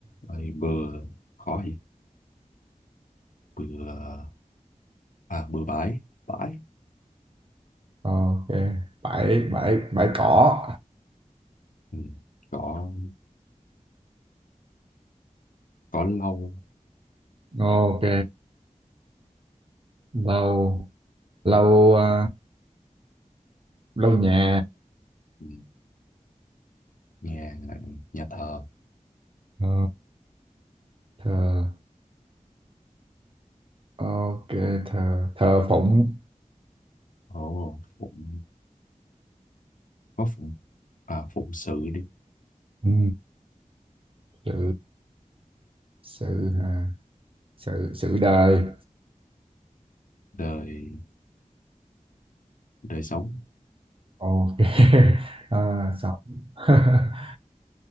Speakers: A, on the left; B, on the right.
A: Rồi bừa Khó gì Bừa À bừa bãi Bãi
B: Ờ, ok bãi bãi bãi cỏ
A: ừ. Cỏ Cỏ lau
B: Ờ, ok lau lau à, lau nhà
A: ừ. Nhà Nhà thờ
B: Ờ, thờ ok thờ thờ phụng
A: Ồ Phụng Có phụng À phụng sự đi
B: ừ. sự sự à, sự sự đời
A: Đời Đời sống
B: ok <laughs> à, xong <laughs>